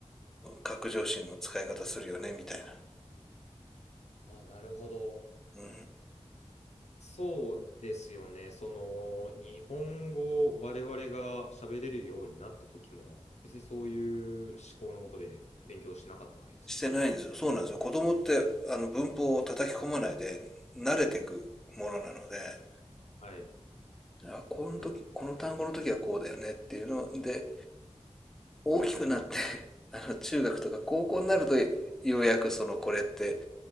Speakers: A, in the centre; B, on the left.
A: 拡上心の使い方するよねみたいな。
B: あ、なるほど。
A: うん。
B: そうですよね。その、日本語を我々が喋れるようになった時も、別にそういう思考のもとで勉強しなかったわけですもんね。
A: してないんですよ。
B: な
A: そうなんですよ。子供ってあの文法を叩き込まないで慣れてくものなので、
B: はい。
A: あ、この時、
B: なるほど。
A: この単語の時はこうだよねっていうので、大きくなって <laughs> あの中学とか高校になるとようやくそのこれって